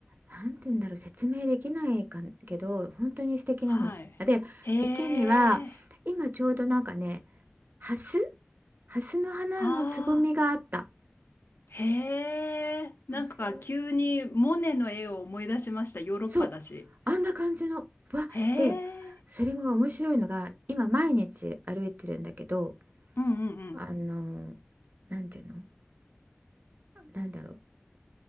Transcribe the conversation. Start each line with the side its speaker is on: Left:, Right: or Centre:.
Right: なんて言うんだろう説明できないかんけど本当に素敵なの。
Left: はい。
Right: で池には今ちょうどなんかね
Left: へえ、
Right: ハスハスの花のつぼみがあった。
Left: ああ、へえ、
Right: ハス、
Left: なんか急にモネの絵を思い出しました、ヨーロッパだし。
Right: そう、あんな感じの、わって、
Left: へえ。
Right: それも面白いのが、今毎日歩いてるんだけど、
Left: うんうん
Right: あの、なんていうのなんだろう。